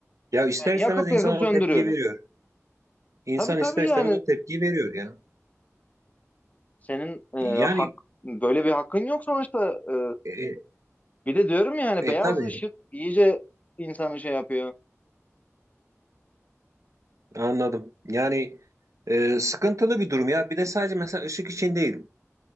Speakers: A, on the right (about 70°); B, on the left (about 30°).
A: Ya ister
B: Yani
A: istemez
B: yakıp
A: insan
B: yakıp söndürüyorum.
A: o tepkiyi veriyor. İnsan
B: Tabii tabii
A: ister
B: yani
A: istemez o tepkiyi veriyor ya.
B: senin e,
A: Yani
B: hak böyle bir hakkın yok sonuçta. E,
A: e,
B: bir de diyorum ya hani
A: e,
B: beyaz
A: tabii
B: ışık iyice insanı şey yapıyor.
A: anladım. Yani e, sıkıntılı bir durum ya. Bir de sadece mesela ışık için değil.